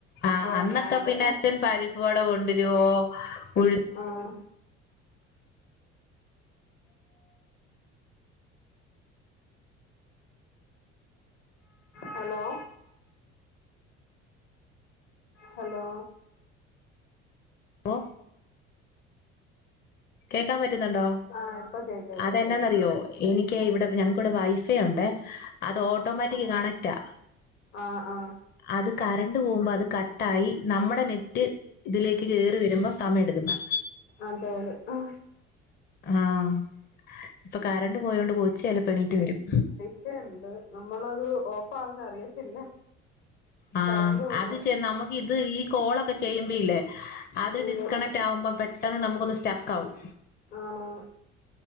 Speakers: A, on the left; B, on the left.
A: ആ
B: ഉറങ്ങാതെ
A: അന്നൊക്കെ പിന്നെ അച്ഛൻ പരിപ്പ് വട കൊണ്ടുവരുവോ ഉഴുന്നോ
B: ആഹ് ഹലോ ഹലോ?
A: ഓഹ് കേക്കാൻ പറ്റുന്ന്ണ്ടോ?
B: ആ ഇപ്പൊ കേക്ക ഇപ്പൊ
A: അതെന്നാന്നറിയോ
B: കേക്ക
A: എനിയ്ക്ക് ഇവിടെ ഞങ്ങക്കിവിടെ വൈഫേയുണ്ടേ അത് ഓട്ടോമാറ്റിക് കണക്ടാ
B: ആഹ്, ആഹ്
A: അത് കറണ്ട് പോകുമ്പോ അത് കട്ടായി നമ്മടെ നെറ്റ് ഇതിലേക്ക് കേറി വെരുമ്പോ സമയം എട്ക്ക്ന്നാ
B: അതെ, അതെ
A: ആഹ്, ഇപ്പൊ കറണ്ട് പോയോണ്ട് കൊച്ച് ചെലപ്പോ എണീറ്റ് വെരും
B: ക്കെന്ത് നമ്മളത് ഓഫ് ആവുന്ന അറിയത്തില്ല.
A: ആഹ്
B: കറണ്ട് പോകുമ്പോ
A: അത് പക്ഷെ നമുക്ക് ഇത് ഈ കോളൊക്കെ ചെയ്യുമ്പ ഇല്ലേ അത്
B: ഉം
A: ഡിസ് സ്കണക്റ്റാവുമ്പം പെട്ടെന്ന് നമുക്കൊന്ന് സ്റ്റക്കാവും.
B: ആണോന്ന്